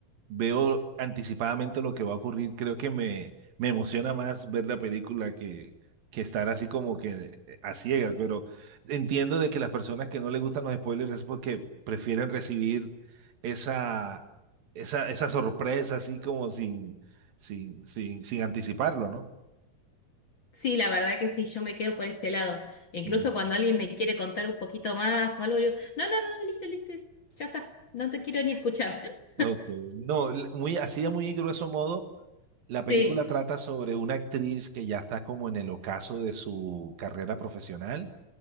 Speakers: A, on the right; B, on the left.
A: veo anticipadamente lo que va a ocurrir, creo que me, me emociona más ver la película que, que estar así como que eh, a ciegas. Pero entiendo de que las personas que no les gustan los spoilers es porque prefieren recibir esa, esa, esa sorpresa así como sin, sin, sin, sin anticiparlo, ¿no?
B: Sí, la verdad que sí, yo me quedo por ese lado. Incluso
A: Mm.
B: cuando alguien me quiere contar un poquito más o algo, yo, no, no, no, no, listo, listo, ya está, no te quiero ni escuchar. <laughs>
A: Ok. No, l- muy, así de muy grueso modo, la película
B: Sí.
A: trata sobre una actriz que ya está como en el ocaso de su carrera profesional.